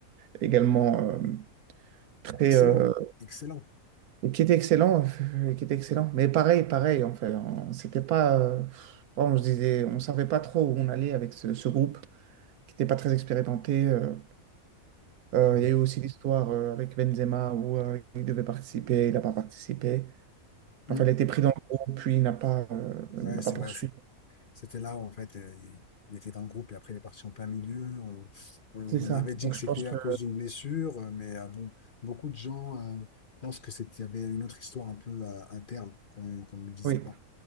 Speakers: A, on the right; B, on the left.
A: également euh, très.
B: Excellent,
A: euh,
B: excellent.
A: qui était excellent, euh, qui était excellent. Mais pareil, pareil, en fait. hein. C'était pas. euh, on se disait, on savait pas trop où on allait avec ce, ce groupe. qui n'était pas très expérimenté. euh. Euh,
B: Ouais,
A: il y a eu aussi l'histoire euh, avec Benzema où euh, il devait participer, il n'a pas participé. Enfin,
B: Mm.
A: il a été pris dans le groupe, puis il n'a pas, euh, n'a
B: Ouais, c'est
A: pas poursuivi.
B: vrai, c'est C'était là où, en fait, euh, il il était dans le groupe et après, il est parti en plein milieu. On, on on
A: C'est ça.
B: avait dit
A: Donc,
B: que
A: je
B: c'était
A: pense que
B: à cause d'une blessure, euh, mais euh, bon, beaucoup de gens euh, pensent que c'était, il y avait une autre histoire un peu euh, interne qu'on qu'on ne disait
A: oui.
B: pas